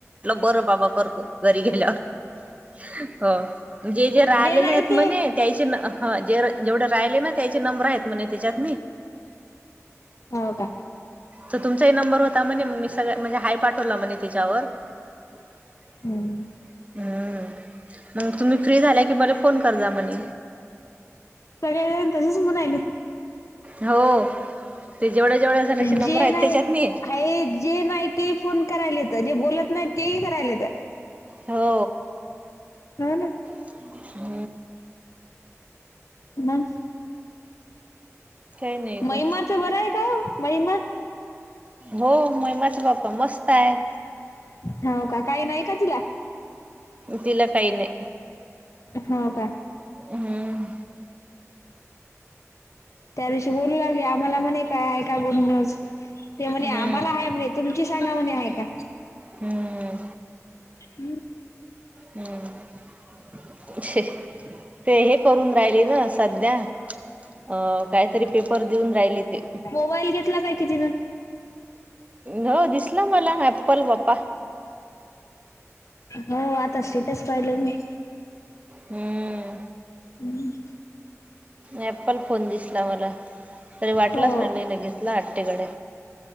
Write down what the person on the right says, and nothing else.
बर बाबा करतो घरी गेल्यावर हो म्हे जे राहिलेले
आहेत
म्ह त्या जे जेवढे राहिले ना त्याचे नंबर आहेत म्ह त्याच्यात
तर तुमचाही नंबर होता म्हणे मग मी सगळ म्हणजे हाय पाठवला म्हणे त्याच्यावर ब
हम्म मग तुम्ही फ्री झाल्या कि मले फोन कर जा म्हणे
हो ते जेवढ्या जेवढ्या जणांची नंबर
आहेत
त्याच्यात नि
हो
ब <inaudible>
काही नाही
ग.
हो मय माझ बाप्पा मस्त आहे.
तिला काही नाही.
हम्म
हम्म
हम्म
हम्म छे ते हे करून राहिले ना सध्या अ काहीतरी पेपर देऊन राहिली ते
हो दिसला मला ॲप्पल बाप्पा
हम्म
ऍप्पल फोन दिसला मला तरी वाटलाच.
<unintelligible>